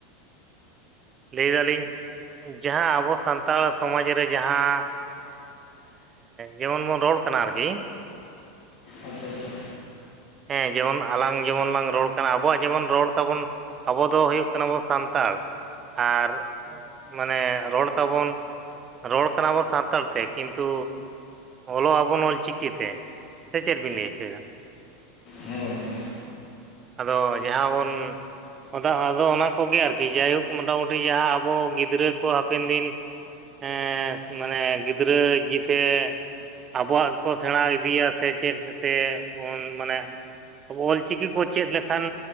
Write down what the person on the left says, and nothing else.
ᱟᱪᱪᱷᱟ ᱟᱪᱪᱷᱟ
ᱦᱮᱸ ᱜᱚᱢᱠᱮ